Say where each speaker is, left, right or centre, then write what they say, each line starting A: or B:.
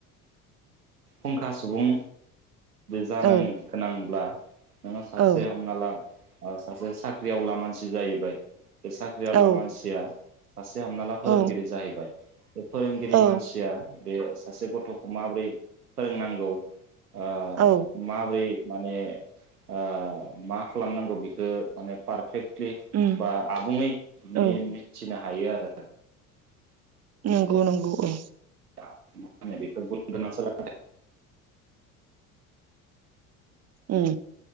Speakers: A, on the right (about 85°); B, on the right (about 35°).
A: फुंखा सुबुं जानोगोनांब्ला
B: औ
A: नोङो सासे
B: औ
A: हमना ला सासे साख्रिआवला मानसि जाहैबाय बे साख्रि आला
B: औ
A: मानसिया सासे हमना ला
B: औ
A: फोरोंगिरि जाहैबाय । बे फोरोंगिरि
B: औ
A: मानसिया बे सासे गथ' माब्रै फोरोंनांगौ। ओ
B: औ
A: माब्रै माने ओ मा खालामनांगौ बेखौ माने पारफेक्ट दे
B: उम
A: बा आबुङै मि-मिथिना
B: औ
A: हायो आरो।
B: नोंगौ नोंगौ औ।
A: माहोनो बेखौ गुनगोनां सोलोंथाइ
B: उम।